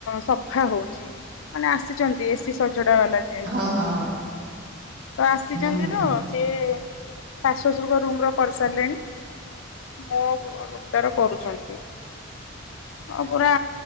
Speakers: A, on the left; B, on the right.
A: ସଫା ହଉଛି ମାନେ ଆସିଛନ୍ତି ଏସି ସ ଜୁଡାବାଲା ଯି
B: ହଁ ହଁ ହଁ
A: ତ ଆସିଛନ୍ତି
B: ହୁଁ ହୁଁ
A: ତ
B: ହୁଁ
A: ସିଏ ଶାଶୁ ବୁଜୁର୍ଗ ରୁମ ର କରିସାରିଲେଣି ମୋ ରମଟାର କରୁଛନ୍ତି। ହଁ ପୁରା